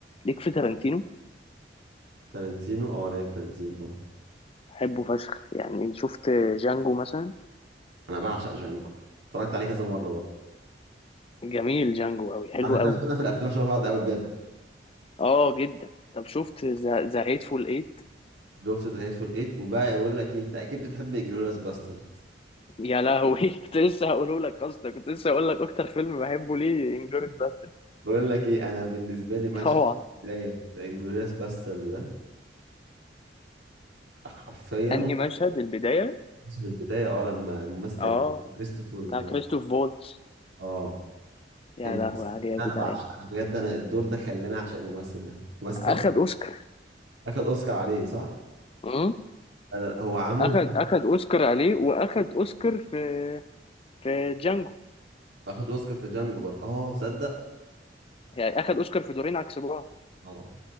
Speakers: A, on the left; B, on the right.
A: ليك في تارانتينو
B: تارانتينو اه ليا في تارانتينو طبعا
A: بحبه فشخ يعني شفت جانجو مثلا
B: انا بعشق جانجو اتفرجت عليه كذا مره برضه
A: جميل جانجو أوي حلو
B: على فكره
A: أوي
B: ذوقنا في الافلام شبه بعض قوي بجد
A: أه جدا طب شفت ذا هيتفول إيت
B: شفت ذا هيتفول ايت وبقى بقول لك إيه، انت اكيد بتحب انجلوريس باسترد
A: يا لهوي <laughs> كنت لسه هقوله لك أصلا كنت لسه هقول لك أكتر فيلم بحبه ليه انجلوريس باسترد
B: بقول لك ايه انا بالنسبه لي مشهد
A: طبعا
B: بدايه انجلوريوس باسترد ده حرفيا
A: أنهي مشهد البداية
B: مشهد البدايه اه لما الممثل
A: أه
B: كريستوفر
A: بتاع كريستوف فولتس
B: اه
A: يا
B: الممثل
A: لهوي عليه
B: ده
A: يا
B: انا
A: جدعان
B: بعشق انا بجد انا الدور ده خلاني اعشق الممثل ده ممثل عظيم.
A: اخد اوسكار
B: اخد اوسكار عليه صح
A: امم
B: انا هو عامل
A: اخد اخد اوسكار عليه واخد اوسكار في في جانجو
B: اخد اوسكار في جانجو برضه اه صدق
A: يعني اخد اوسكار في دورين عكس بعض
B: اه